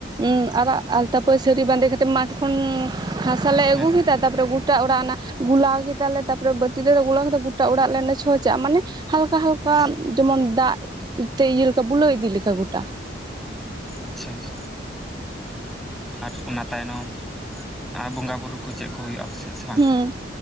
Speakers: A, on the right; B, in the centre.
A: ᱩᱸ ᱟᱨᱟᱜ ᱟᱞᱛᱟ ᱯᱟᱹᱭ ᱥᱟᱹᱨᱤ ᱵᱟᱸᱫᱮ ᱠᱟᱛᱮ ᱢᱟᱴᱷ ᱠᱷᱚᱱ ᱦᱟᱥᱟ ᱞᱮ
B: ᱦᱮᱸ
A: ᱟᱹᱜᱩ
B: ᱦᱮᱸ
A: ᱠᱮᱫᱟ, ᱛᱟᱯᱚᱨᱮ ᱜᱚᱴᱟ ᱚᱲᱟᱜ ᱚᱱᱟ ᱜᱩᱞᱟᱣ ᱜᱮ ᱛᱟᱞᱮ ᱛᱟᱯᱚᱨᱮ ᱵᱟᱹᱴᱤ ᱫᱮᱲᱮ ᱜᱩᱞᱟᱣ ᱠᱟᱛᱮ ᱜᱚᱴᱟ ᱚᱲᱟᱜ ᱞᱮ ᱱᱮ ᱪᱷᱚᱸᱪᱟᱜ ᱢᱟᱱᱮ ᱦᱟᱞᱠᱟ ᱦᱟᱞᱠᱟᱫ
B: ᱟᱪᱪᱷᱟ
A: ᱡᱮᱢᱚᱱ ᱫᱟᱜ ᱮ ᱛᱮ ᱤᱭᱟᱹ ᱞᱮᱠᱟ ᱵᱩᱞᱟᱹᱣ ᱤᱫᱤ ᱞᱮᱠᱟ ᱜᱚᱴᱟ,
B: ᱟᱪᱪᱷᱟ ᱟᱪᱪᱷᱟ, ᱟᱨ ᱚᱱᱟ ᱛᱟᱭᱱᱚᱢ? ᱟᱸ ᱵᱚᱸᱜᱟ ᱵᱩᱨᱩ ᱠᱚ ᱪᱮᱜ ᱠᱚ ᱦᱩᱭᱩᱜᱼᱟ ᱟᱯᱮᱥᱮᱡ ᱥᱮ ᱵᱟᱝ?
A: ᱦᱮᱸ